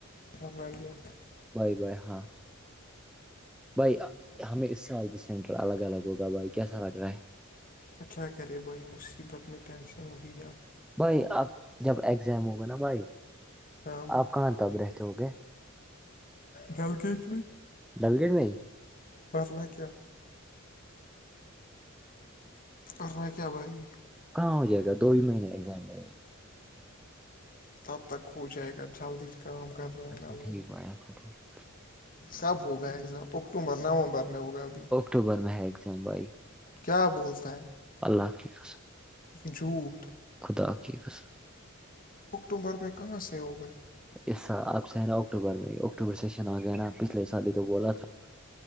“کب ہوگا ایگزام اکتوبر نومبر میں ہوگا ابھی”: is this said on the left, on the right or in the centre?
Left